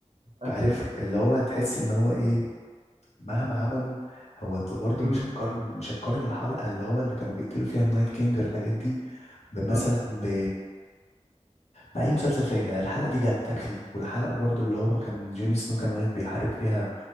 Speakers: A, on the right; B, on the left.
A: أكيد
B: عارف اللي هو تحس ان هو ايه مهما عملوا هو انت برضو
A: مم.
B: مش هتقارن مش هتقارن الحلقه اللي هو اللي كانوا بيقتلوا فيها النايت كينج والحاجات دي بمثلا
A: آه
B: ب... باي مسلسل تاني يعني الحلقه دي تكفي والحلقه برضو اللي هو
A: صح
B: كان جون سنو كان واقف بيحارب فيها